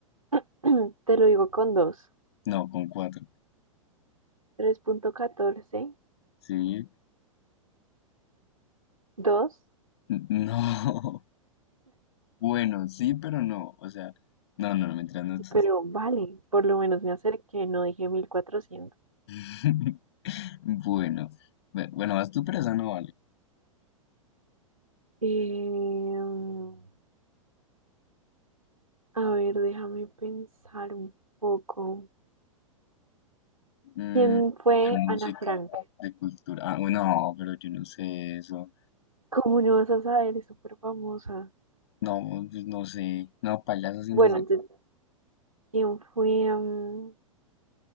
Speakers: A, on the right; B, on the left.
A: <clears throat> Te lo digo con dos.
B: No, con cuatro.
A: tres punto catorce
B: Sí.
A: Dos,
B: N- No. <laughs> Bueno, sí, pero no. O sea, no, no, no, mientras no estás.
A: pero vale, por lo menos me acerqué, no dije 1400.
B: <laughs> Bueno, bu- bueno, vas tú, pero esa no vale.
A: Em, a ver, déjame pensar un poco.
B: Mm,
A: ¿Quién fue
B: de música,
A: Ana Frank?
B: de cultura. Ah, bueno, no, pero yo no sé eso.
A: ¿Cómo no vas a saber? Es súper famosa.
B: No, pues no sé. No, payaso sí
A: Bueno,
B: no sé.
A: entonces, ¿quién fue em,